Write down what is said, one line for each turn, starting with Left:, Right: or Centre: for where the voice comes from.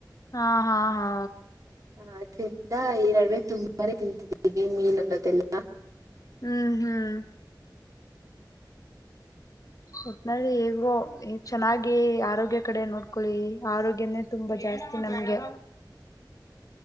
Left: ಹಾ ಹಾ ಹಾ
Right: ಹ ಅದ್ರಿಂದ ಈರಡವೆ ತುಂಬಾನೇ ತಿಂತಿದ್ದೀವಿ ಮೀನ್ ಅನ್ನೋದೆಲ್ಲ
Left: ಹ್ಮ್ ಹ್ಮ್. ಒಟ್ನ ಈಗೋ ಈ ಚೆನ್ನಾಗಿ ಆರೋಗ್ಯ ಕಡೆ ನೋಡ್ಕೊಳ್ಳಿ ಆರೋಗ್ಯನೇ ತುಂಬಾ ಜಾಸ್ತಿ ನಮ್ಗೆ